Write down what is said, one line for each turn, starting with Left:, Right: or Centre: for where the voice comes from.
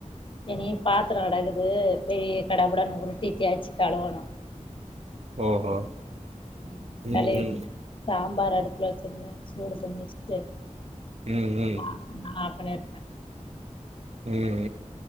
Left: எனி பாத்ரம் கடக்குது பேய் கடபுடான்னு உருட்டி தேச்சி கழுவனும்
Right: ஓஹோ
Left: உம் கழுவிட்டு
Right: ம் ம்
Left: சாம்பார் அடுப்புல வெச்சிருந்தன் சூடு பன்னி வெச்சுட்டு
Right: ம் ம்
Left: ஆ <unintelligible>
Right: உம்